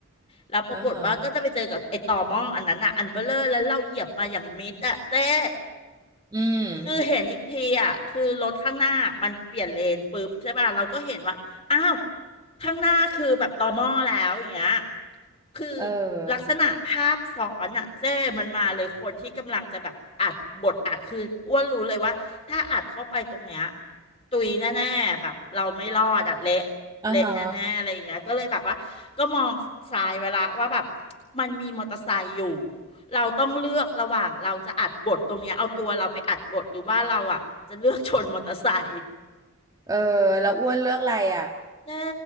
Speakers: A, on the left; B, on the right.
A: แล้วปรากฏว่าก็จะไปเจอกับไอ้ต่อหม้ออันนั้นอ่ะอันเบลเลอร์แล้วเราเหยียบมาอย่างมิดอ่ะเจ๊
B: อ่าฮะอืม
A: คือเห็นอีกทีอ่ะคือรถข้างหน้ามันเปลี่ยนเลนปุ๊บใช่ป่ะเราก็เห็นว่าอ้าวข้างหน้าคือแบบตอม่อแล้วอย่างเงี้ยคือ
B: เอ
A: ลักษณะภาพซ้อนอ่ะเจ้มันมาเลยคนที่กำลังจะแบบอัดบทอัดคืออ้วนรู้เลยว่าถ้าอัดเข้าไปตรงเนี้ย
B: อ
A: ตุยแน่ๆแบบเราไม่รอดอ่ะเละเละแน่ๆอะไรอย่างเงี้ยก็เลยแบบว่าก็มองซ้ายเวลาว่าแบบ
B: อ่าฮะ
A: มันมีมอเตอร์ไซค์อยู่ เราต้องเลือกระหว่างเราจะอัดบทตรงเนี้ยเอาตัวเราไปอัดบทหรือว่าเราอ่ะจะเลือกชนมอเตอร์ไซค์
B: เออแล้วอ้วนเลือกอะไรอ่ะ
A: แต่